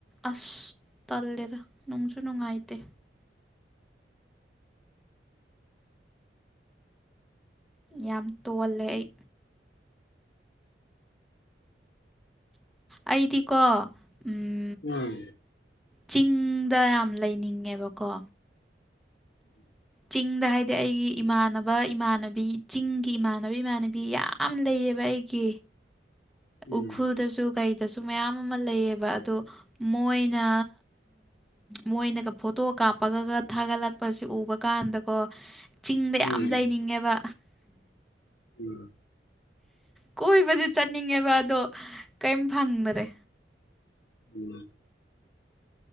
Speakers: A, in the centre; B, on the left (about 70°).
A: ꯑꯁ ꯇꯜꯂꯦꯗ ꯅꯨꯡꯁꯨ ꯅꯨꯡꯉꯥꯏꯇꯦ ꯌꯥꯝ ꯇꯣꯜꯂꯦ ꯑꯩ ꯑꯩꯗꯤꯀꯣ ꯎꯝ
B: ꯎꯝ
A: ꯆꯤꯡꯗ ꯌꯥꯝ ꯂꯩꯅꯤꯡꯉꯦꯕꯀꯣ
B: ꯎꯝ
A: ꯆꯤꯡꯗ ꯍꯥꯏꯗꯤ ꯑꯩꯒꯤ ꯏꯃꯥꯟꯅꯕ ꯏꯃꯥꯟꯅꯕꯤ ꯆꯤꯡꯒꯤ ꯏꯃꯥꯟꯅꯕ ꯏꯃꯥꯟꯅꯕꯤ ꯌꯥꯝ ꯂꯩꯌꯦ ꯕ ꯑꯩꯒꯤ
B: ꯎꯝ
A: ꯑꯣꯈꯣꯜꯗꯁꯨꯣ ꯀꯩꯗꯁꯨ ꯃꯌꯥꯝ ꯑꯃ ꯂꯩꯌꯦꯕ ꯑꯗꯣ ꯃꯣꯏꯅ ꯃꯣꯏꯅꯒ ꯐꯣꯇꯣ ꯀꯥꯞꯄꯒ ꯊꯥꯒꯠꯂꯛꯄꯁꯤ ꯎꯕ ꯀꯥꯟꯗꯀꯣ ꯆꯤꯡꯗ ꯌꯥꯝ
B: ꯎꯝ
A: ꯂꯩꯅꯤꯡꯉꯦꯕ
B: ꯎꯝ
A: ꯀꯣꯏꯕꯁꯨ ꯆꯠꯅꯤꯡꯉꯦꯕ ꯑꯗꯣ ꯀꯔꯤꯝ ꯐꯪꯗꯔꯦ
B: ꯎꯃ